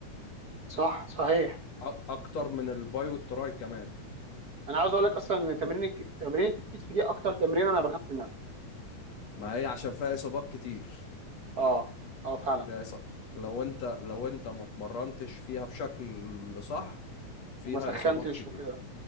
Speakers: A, on the right; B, on the left.
A: صح صحيح
B: أ- اكتر من الباي والتراي كمان
A: انا عاوز اقول لك اصلا ان تمرين الك- تمرينة الكتف دي اكتر تمرين انا بخاف منها
B: ما هي عشان فيها اصابات كتير
A: اه اه فعلا
B: فيها إصابة لو أنت لو أنت ما اتمرنتش فيها بشكل صح فيها
A: وما سخنتش
B: إصابات كتير
A: وكده